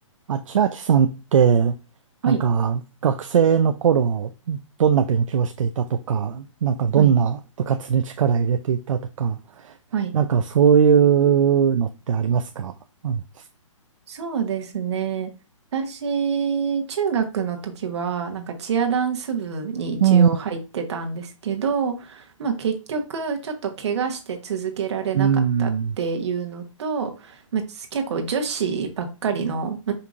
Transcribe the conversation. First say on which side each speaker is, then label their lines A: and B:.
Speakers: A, on the right; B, on the right.
A: あ、千秋さんって、
B: はい、
A: なんか学生の頃、どんな勉強をしていたとか、なんかどんな部活に力入れていたとか、
B: はい、はい。
A: なんかそういうのってありますかあの
B: そうですね。私、中学の時は、なんかチアダンス部に一応入ってたんですけど、
A: うん、
B: まあ結局、ちょっと怪我して続けられなかったっていうのと、
A: うん、
B: まあ結構女子ばっかりの <laughs>